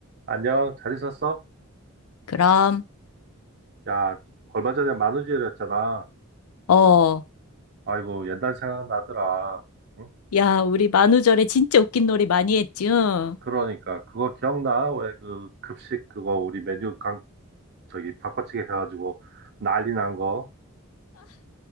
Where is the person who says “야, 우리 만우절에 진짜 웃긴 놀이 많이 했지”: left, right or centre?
Left